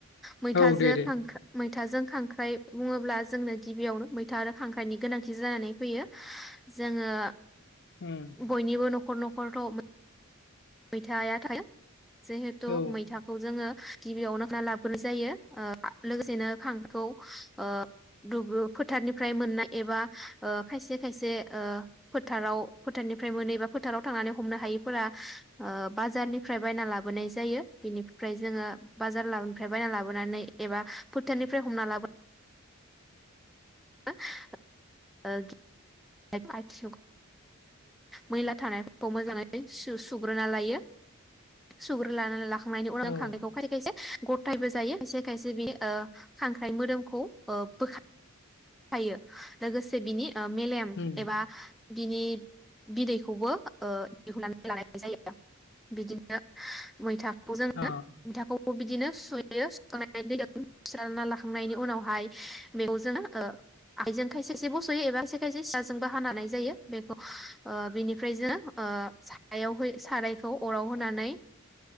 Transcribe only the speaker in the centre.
मैथाजों
खांख्राइ मैथाजों खांख्राइ बुङोब्ला जोंनो गिबियावनो मैथा आरो खांख्राइनि गोनांथि जानानै फैयो जोङो
बयनिबो नख खर नखरथ मैथाया थायो। जिहेथु
मैथाखौ जोङो गिबियावनो खाना लाबग्रोनाय जायो ओ लोगोसेनो खांखौ ओ दुबु फोथारनि फ्राय मोननाय एबा ओ खायसे खायसे ओ फोथाराव फोथारनिफ्राय मोनो मेबा फोथाराव थांनानै हमनो हायैफोरा ओ बाजारनिफ्राय बायना लाबोनाय जायो बेनिफ्राय जोङो बाजार लाबोनिफ्राय बायना लाबोनानै एबा फोथारनिफ्राय हमना लाबो <unintelligible> ओ <unintelligible> मैला थानायफोरखौ मोजाङै सु सुग्रोना लायो सुग्रो लानानै ला खांनायनि उनआव
खांनायखौ फारिखायसे गथायैबो जायो खायसे खायसे बेयो खांख्राइ मोदोमखौ ओ बोखा थायो लोगोसे बिनि मेलेम
एबा बिनि बिदैखौबो ओ दिहुननानै लानाय जायो बिदिनो मैथा खौ जोङो
मैथाखौबो बिदिनो सुयो सुखांनानै <inaudible> लाखांनायनि उनावहाय बेखौ जोङो ओ आखाइजों खायसे खायसे बसयो एबा खसे खायसे सिखाजोंबो हानो हानाय जायो बेखौ ओ बेनिफ्राय जों ओ सायाव होयो सारायखौ अराव होनानै